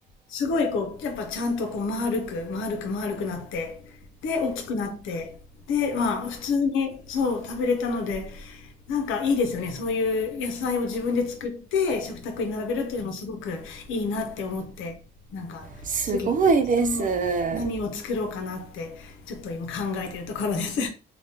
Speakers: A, on the left; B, on the right.
A: すごいこう、やっぱちゃんとこう丸く、丸く丸くなって、で、大きくなって、で、まあ、普通に、そう、食べれたので、なんかいいですよね。そういう野菜を自分で作って食卓に並べるというのもすごくいいなって思って、なんか次、
B: すごいですえ
A: その何を作ろうかなって、ちょっと今考えてるところです。